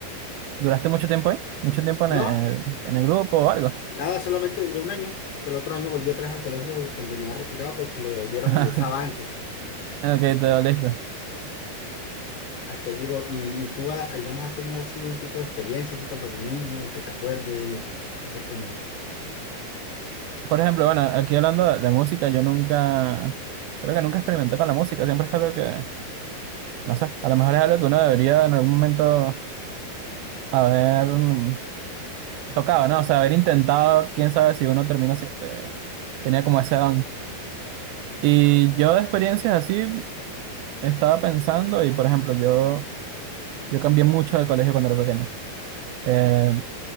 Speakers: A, on the right (about 80°); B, on the left (about 85°).
A: ¿Duraste mucho tiempo ahí? ¿Mucho tiempo
B: no,
A: en el, en el grupo o algo?
B: nada, solamente duré un año, que el otro año volví otra vez al colegio donde me había retirado porque lo devolvieron
A: <laughs>
B: donde estaba antes.
A: Ok, te doliste.
B: Hasta ahí llegó, y, y tú, ah, digamos, has tenido así un tipo de experiencia, así cuando niños, que te acuerdes, no sé cómo.
A: Por ejemplo, bueno, aquí hablando de, de música, yo nunca, creo que nunca experimenté con la música, siempre es algo que, no sé, a lo mejor es algo que uno debería en algún momento haber mm, tocado, ¿no? O sea, haber intentado, quién sabe si uno termina, si- eh, tenía como ese don. Y yo de experiencias así estaba pensando y, por ejemplo, yo, yo cambié mucho de colegio cuando era pequeño. Eh,